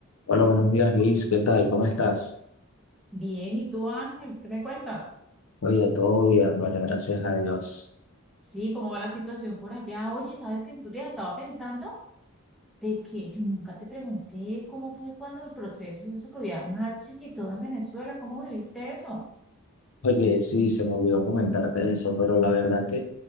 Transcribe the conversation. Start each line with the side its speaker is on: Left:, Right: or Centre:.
Left: Hola, buenos días, Liz. ¿Qué tal? ¿Cómo estás?
Centre: Bien, ¿y tú, Ángel? ¿Qué me cuentas?
Left: Oye, todo bien, vale, gracias a Dios.
Centre: Sí, ¿cómo va la situación por allá? Oye, ¿sabes que en estos días estaba pensando de que yo nunca te pregunté cómo fue cuando el proceso, eso que había marchas y todo en Venezuela, ¿cómo viviste eso?
Left: Oye, sí, se me olvidó comentarte de eso, pero la verdad que